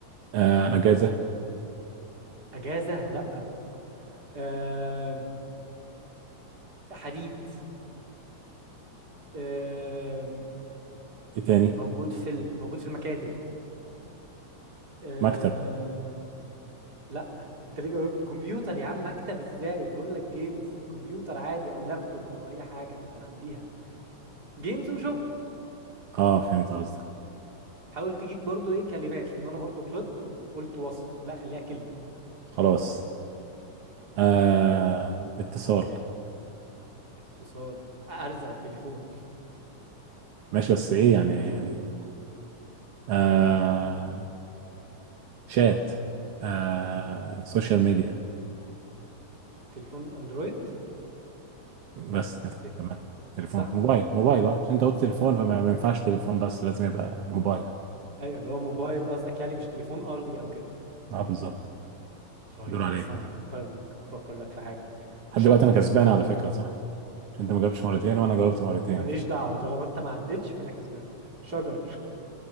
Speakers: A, on the right; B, on the right.
A: آه. اجازه
B: اجازة لا آه حديد آه
A: ايه تاني
B: موجود في ال... موجود في المكاتب آه،
A: مكتب
B: لا انت ليه جاوبت كمبيوتر يا عم مكتب ازاي بقول لك جيمز كمبيوتر عادي او لابتوب او اي حاجه كنت هعديها جيمز وشغل
A: اه فهمت قصدك
B: حاول تجيب برضو ايه كلمات لان انا برضو غلطت وقلت وصف لا خليها كلمه
A: خلاص آه
B: ها
A: اتصال
B: اتصال ارزع تليفون <laughs>
A: ماشي بس ايه يعني يعني
B: اكيد
A: آه
B: ايه
A: شات آه سوشيال ميديا
B: تليفون اندرويد
A: بس كده
B: ايه
A: تمام تليفون
B: صح
A: موبايل موبايل اه عشان انت قلت تليفون
B: لا
A: فما ما ينفعش تليفون بس لازم يبقى موبايل
B: ايوه اللي هو موبايل قصدك يعني مش تليفون ارضي او كده
A: اه بالظبط
B: طيب
A: دور عليك
B: استنى
A: بقى
B: افكر لك افكر لك في حاجه
A: لحد
B: شجر
A: دلوقتي انا كسبان على فكرة صح عشان انت ما جاوبتش
B: م-
A: مرتين
B: م-
A: وانا جاوبت مرتين
B: ماليش دعوه طالما انت ما عدتش فانا كسبان شجر